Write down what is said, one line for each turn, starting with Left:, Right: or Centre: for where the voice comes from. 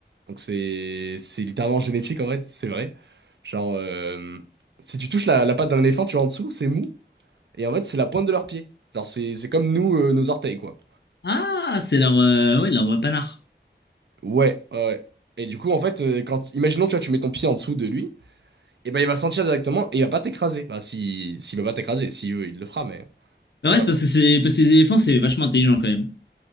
Right: Donc c'est c'est littéralement génétique, en fait, c'est vrai. Genre, euh, si tu touches la, la patte d'un éléphant, tu vois en dessous, c'est mou. Et en fait, c'est la pointe de leurs pieds. Genre, c'est c'est comme nous, euh, nos orteils, quoi.
Left: Ah, c'est leur, euh, ouais, leur panard.
Right: Ouais, ouais. ouais. Et du coup, en fait, euh, quand, imaginons, tu vois, tu mets ton pied en dessous de lui, et ben il va sentir directement et il va pas t'écraser. Bah, si, s'il va pas t'écraser, s'il veut, il le fera, mais,
Left: Bah
Right: mais voilà,
Left: ouais, c'est parce
Right: quoi.
Left: que c'est parce que les éléphants, c'est vachement intelligent quand même.